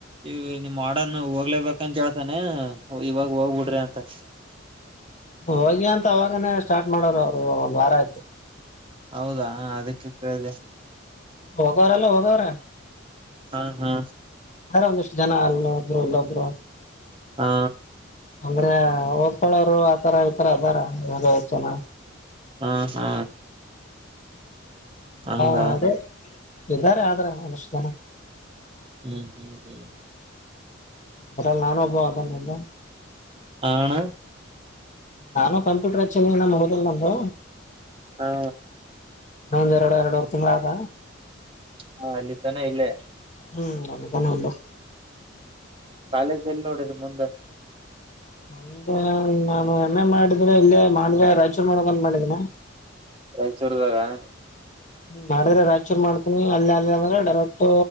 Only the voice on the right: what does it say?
ಈಗ ನಿಮ್ ವಾಡನು. ಹೋಗ್ಲೇಬೇಕಂತ ಹೇಳ್ತಾನೆ ಹೋ ಇವಾಗ ಹೋಗ್ಬಿಡ್ರಿ ಅಂತ.
ಹೌದಾ ಅದಕ್ಕೆ ಕೇಳ್ದೆ.
ಹಾ ಹಾ
ಹಾ
ಹಾ ಹಾ ಹಂಗ
ಹ್ಮ್ ಹ್ಮ್ ಹ್ಮ್
ಆಣ
ಹಾ
ಹ ಅಲ್ಲಿ ತನ ಇಲ್ಲೇ
ಕಾಲೇಜ್ ಎಲ್ಲಿ ನೋಡಿದ್ ಮುಂದೆ.
ರಾಯಚೂರ್ದಾಗ.